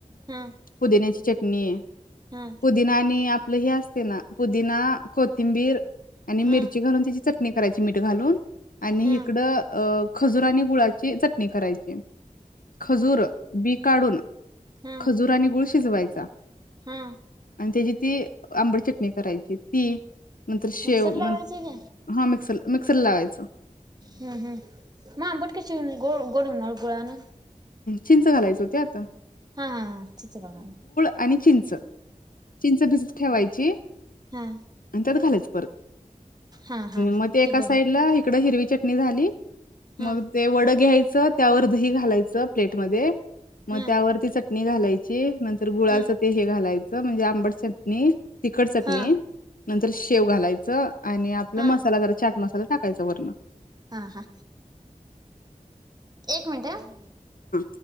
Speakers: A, on the right (about 30°); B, on the left (about 80°).
A: हा
B: पुदिन्याची चटणी,
A: हा
B: पुदिना आणि आप हे असते ना पुदीना कोथिंबीर आणि मिरची
A: हा
B: घालून त्याची चटणी. चटणी करायची मीठ घालून आणि
A: हा
B: इकडं अ खजुर आणि गुळाची चटणी करायची. खजूर बी काढून
A: हा
B: खजूर आणि गुळ शिजवायचा.
A: हा..
B: आणि त्याची ती आंबट चटणी करायची ती नंतर शेव
A: मिक्सर लावायची
B: न
A: का
B: हा मिक्सर, मिक्सर लावायचं.
A: हम्म हम् मग आंबट कशी ग गोड होणारन गुळा ना?
B: चिंच घालायच ओ त्यात.
A: हा हा चिंच घालायचं.
B: आणि चिंच, चिंच भिजत ठेवायची
A: हा
B: आणि त्यात घालायची. ह्
A: हा हा
B: मग ते एका
A: ती गोड
B: साइडला इकड हिरवी चटणी झाली,
A: हा
B: मग ते वड घ्यायचं त्यावर दही घालायचं प्लेटमध्ये. मग
A: हा
B: त्यावरती चटणी घालायची नंतर गुळाचं
A: हा
B: ते हे घालायच, म्हणजे आंबड चटणी, तिखट चटणी
A: हा
B: नंतर शेव घालायच. आणि आपला
A: हा
B: मसाला जरा चाट मसाला टाकायं वर्ण.
A: हा हा.., एक मिनट.
B: हा..